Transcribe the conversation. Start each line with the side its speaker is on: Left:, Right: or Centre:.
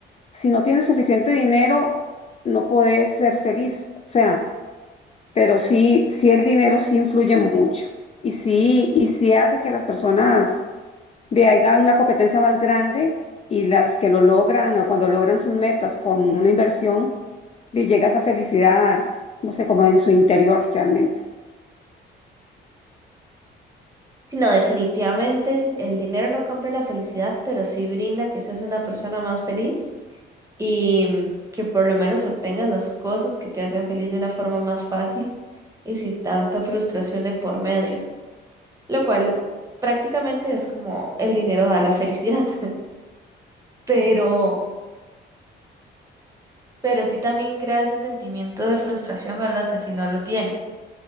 Left: si no tienes suficiente dinero, no puedes ser feliz. O sea, pero sí, sí el dinero sí influye mucho y sí, y sí hace que las personas vean una competencia más grande y las que lo logran o cuando logran sus metas con una inversión, y llega esa felicidad, no sé, como en su interior realmente.
Right: Sino definitivamente el dinero no compra la felicidad, pero sí brinda que seas una persona más feliz y mm, que por lo menos obtengas las cosas que te hacen feliz de una forma más fácil y sin tanta frustración de por medio, lo cual uh, prácticamente es como el dinero da la felicidad, <laughs> pero, pero sí también crea ese sentimiento de frustración, ¿verdad? De si no lo tienes.